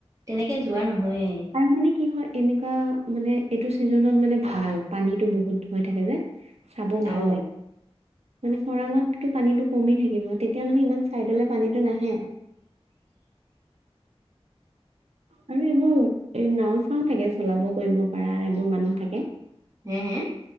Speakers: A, on the right (about 30°); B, on the right (about 75°).
A: তেনেকে যোৱা নহয়েই
B: আৰু মানে কি হয়, এনেকুৱা, মানে এইটো চিজনত মানে ভাল। পানীতটো বহুত হৈ থাকে যে। চাব ভাল
A: অ
B: লাগে। মানে খৰাঙতটো পানীটো কমি থাকিব, তেতিয়া মানে ইমান ছাইডলে পানীটো নাহে, আৰু এইবোৰ এই নাও চাও থাকে, চলাব কৰিব পাৰা এইবোৰ মানুহ থাকে।
A: হে হে